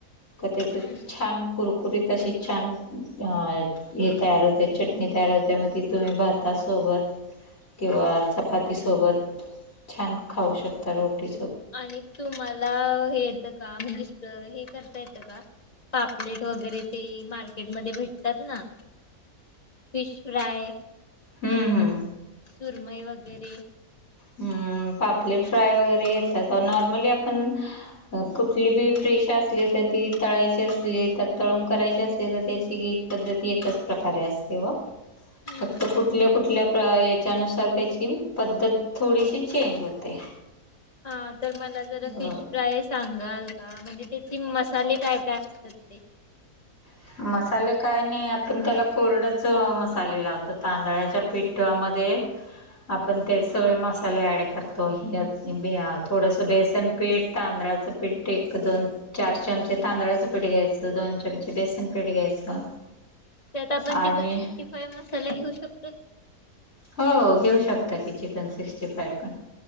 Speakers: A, on the left (about 40°); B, on the left (about 25°).
A: क त्याच
B: हम्म
A: छान कुरकुरीत अशी छान अ हे तयार होत चटणी तयार होत्या मग तिथुम्ही भातासोबत किंवा चपाती सोबत छान खाऊ शकता रोटी
B: आणि तुम्हाला हे येतं का म्हणजे हे करता येत का पापलेट वगैरे ते मार्केटमध्येध्ये भेटतात ना फिश फ्राय
A: हम्म हम्म
B: सुरमई वगैरे
A: हम्म पापलेट फ्राय वगैरे येतात नॉर्मली आपण कुठली बी फिश असली त तळायची असली तर तळून करायचे असले तर त्याची गी पद्धती एकच प्रकारे असते व
B: हम्म
A: फक्त कुठल्या कुठल्या याच्यानुसार त्याची पद्धत थोडीशी चेंज होते
B: हा तर मला जरा फिश
A: अ
B: फ्राय सांगाल का म्हणजे त्याथ मसाले काय काय असतात ते
A: ह मसाले काय नाही आपण त्याला कोरडच मसाले लावतो तांदळाच्या पिठमध्ये आप सगळे मसाले ॲड करतो त्यात थोडंसं बेसन पिठ तांदळाचं पिठते दोन चार चमचे तांदळाचं पीठ घ्यायचं दोन चमचे बेसन पीठ घ्यायचं
B: त्यात आपण
A: आणि
B: चिकन टिक़ी फ्राय मसाला घेऊ शकतो
A: हो हो घेऊ शकता की चिकन सिक्टी फाय पण